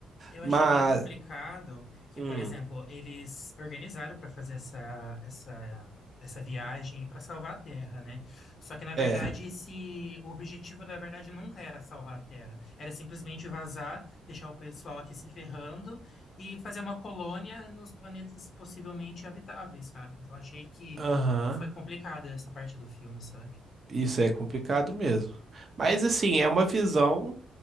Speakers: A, on the left; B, on the right.
A: Eu
B: Mas.
A: achei meio complicado que,
B: hum,
A: por exemplo, eles organizaram para fazer essa, essa, essa viagem para salvar a Terra, né? Só que, na verdade,
B: É,
A: esse, o objetivo, na verdade, nunca era salvar a Terra. Era simplesmente vazar, deixar o pessoal aqui se ferrando e fazer uma colônia nos planetas possivelmente habitáveis, sabe? Então, achei que,
B: aham.
A: que foi complicado essa parte do filme, sabe?
B: Isso é complicado mesmo. Mas assim, é uma visão